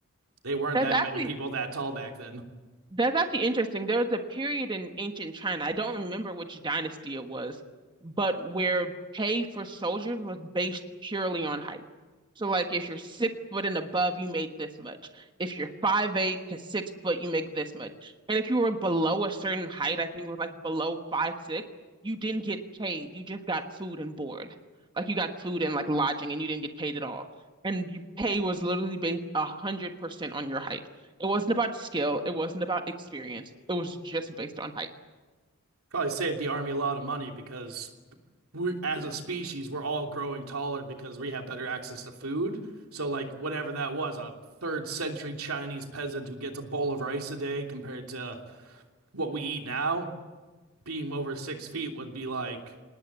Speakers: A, on the right (about 80°); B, on the right (about 20°).
A: they weren't
B: That's
A: that
B: actually
A: many people that tall back then.
B: That's actually interesting. There was a period in ancient China, I don't remember which dynasty it was, but where pay for soldiers was based purely on height. So like if you're six foot and above, you made this much. If you're five eight to six foot, you make this much. And if you were below a certain height, I think it was like below five six, you didn't get paid. You just got food and board. Like you got food and like lodging and you didn't get paid at all. And your pay was literally based a hundred percent on your height. It wasn't about skill, it wasn't about experience, it was just based on height.
A: Probably saved the army a lot of money because we, as a species, we're all growing taller because we have better access to food. So, like, whatever that was, a third century Chinese peasant who gets a bowl of rice a day compared to what we eat now, being over six feet would be like